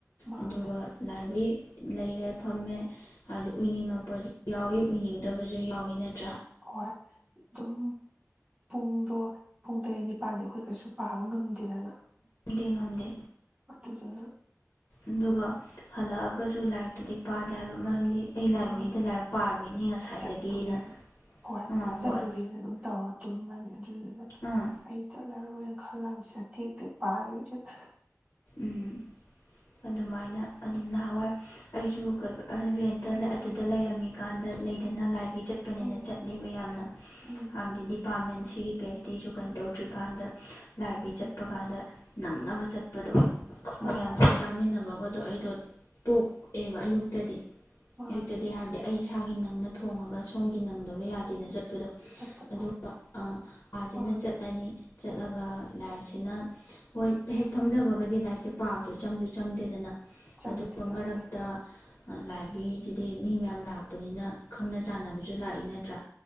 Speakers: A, on the right (about 25°); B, on the left (about 70°).
A: ꯃꯥꯅꯦ
B: ꯑꯗꯨꯒ ꯂꯥꯏꯕꯔ꯭ꯦ ꯔꯤ ꯂꯩꯔꯦ ꯐꯝꯃꯦ ꯍꯥꯏꯕꯗꯤ ꯎꯏꯅꯤꯡꯉꯛꯄꯁꯨ ꯌꯥꯎꯏꯤ ꯎꯏꯅꯤꯡꯗꯕꯁꯨ ꯌꯥꯎꯏꯤ ꯅꯠ
A: ꯍꯣꯏ ꯑꯗꯨꯝ ꯄꯨꯡꯗꯣ ꯄꯨꯡ ꯇꯔꯦꯠ ꯅꯤꯄꯥꯜꯗ ꯑꯩꯈꯣꯏ ꯀꯩꯁꯨ ꯄꯥꯕ ꯉꯝꯗꯦꯗꯅ꯫
B: ꯗꯤ ꯉꯝ ꯗꯦ꯫
A: ꯑꯗꯨꯗꯨꯅꯥ
B: ꯑꯗꯨꯒ ꯍꯜꯂꯛꯑꯒꯁꯨ ꯂꯥꯏꯔꯤꯛꯇꯨꯗꯤ ꯄꯥꯗꯦ ꯍꯥꯏꯕ ꯃꯔꯝꯗꯤ ꯑꯩ ꯂꯥꯏꯕ꯭ꯔꯦꯔꯤꯗ
A: ꯃꯥꯅꯤ
B: ꯂꯥꯏꯔꯤꯛ ꯄꯥꯔꯨꯏꯅꯦ ꯉꯁꯥꯏꯗꯒꯤꯅ
A: ꯆꯠꯂꯨꯔꯦꯅ ꯍꯣꯏ
B: ꯑꯥ
A: ꯆꯠꯂꯨꯔꯦꯅ
B: ꯍꯣꯏ
A: ꯑꯗꯨꯝ ꯇꯧꯔ ꯇꯨꯝꯃꯅꯤ ꯑꯗꯨꯗꯨꯅ
B: ꯑꯥ
A: ꯑꯩ ꯆꯠꯂꯔꯣꯏꯦꯅ ꯈꯜꯂꯝꯁꯤꯗ <unintelligible>
B: ꯎꯝ ꯑꯗꯨꯃꯥꯏꯅ ꯑꯗꯨꯝ ꯅꯍꯥꯟꯋꯥꯏ ꯑꯩꯁꯨ ꯔꯦꯟꯇ ꯑꯗꯨꯗ ꯂꯩꯔꯝꯃꯤꯀꯥꯟꯗ ꯂꯩꯗꯅ ꯂꯥꯏꯕꯤ ꯆꯠꯄꯅꯦꯅ
A: ꯎꯝ
B: ꯆꯠꯂꯦꯕ ꯌꯥꯝꯅ
A: ꯎꯝ
B: ꯍꯥꯏꯕꯗꯤ ꯗꯤꯄꯥꯔꯠꯃꯦꯟ ꯁꯤꯒꯤ ꯄꯦꯆꯇꯤꯁꯨ ꯀꯩꯅ ꯇꯧꯗ꯭ꯔꯤꯀꯥꯟꯗ ꯂꯥꯏꯕꯔ꯭ꯦ ꯑꯩ
A: ꯎꯝ
B: ꯆꯠꯄ ꯀꯥꯟꯗ ꯅꯡꯅꯕ ꯆꯠꯄ
A: ꯍꯣꯏ
B: ꯃꯌꯥꯝ
A: ꯍꯣꯏ
B: ꯆꯥꯛ ꯆꯥꯃꯤꯟꯅꯕ ꯑꯗꯣ ꯑꯩꯗꯣ ꯇꯣꯛꯑꯦꯕ ꯑꯌꯨꯛꯇꯗꯤ
A: ꯃꯥꯅꯦ
B: ꯑꯌꯨꯛꯇꯗꯤ ꯌꯥꯗꯦ ꯑꯩ ꯏꯁꯥꯒꯤ ꯅꯪꯅ ꯊꯣꯡꯉꯒ ꯁꯣꯝꯒꯤ ꯅꯪꯗꯕ ꯌꯥꯗꯦꯅ ꯆꯠꯄ ꯆꯠꯄꯗꯣ
A: ꯆꯠꯄꯗꯣ
B: ꯑꯗꯨꯒ ꯑꯥꯁꯤꯅ
A: ꯃꯥꯅꯦ
B: ꯆꯠꯂꯅꯤ ꯆꯠꯂꯒ ꯂꯥꯏꯛꯁꯤꯅ ꯍꯣꯏ ꯍꯦꯛ ꯐꯝꯊꯕꯒꯗꯤ ꯂꯥꯏꯔꯤꯛꯁꯦ ꯄꯥꯕꯗ ꯆꯪꯁꯨ ꯆꯪꯗꯦꯗꯅ
A: ꯆꯪꯗꯦ
B: ꯑꯗꯨꯒ
A: ꯆꯪꯗꯦ
B: ꯃꯔꯛꯇ ꯂꯥꯏꯕ꯭ꯔꯦꯔꯤꯁꯤꯗꯤ ꯃꯤ ꯃꯌꯥꯝ ꯂꯥꯛꯄꯅꯤꯅ ꯈꯪꯅ ꯆꯥꯟꯅꯕꯁꯨ ꯂꯥꯛꯏ ꯅꯠꯇ꯭ꯔꯥ